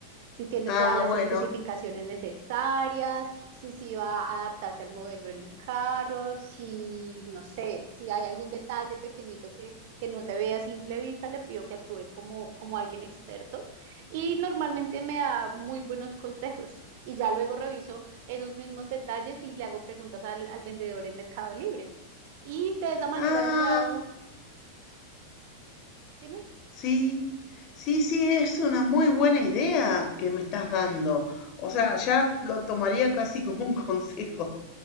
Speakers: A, on the right; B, on the left.
A: si tiene
B: Ah,
A: todas las
B: bueno.
A: especificaciones necesarias, si sí va a adaptarse al modelo del carro, si, no sé, si hay algún detalle pequeñito que, que no se vea a simple vista, le pido que actúe como, como alguien experto y normalmente me da muy buenos consejos y ya luego reviso esos mismos detalles y le hago preguntas al, al vendedor en Mercado Libre. Y de esa manera
B: Ah,
A: he logrado, dime,
B: sí. Sí, sí, es una muy buena idea que me estás dando. O sea, ya lo tomaría casi como un <laughs> consejo,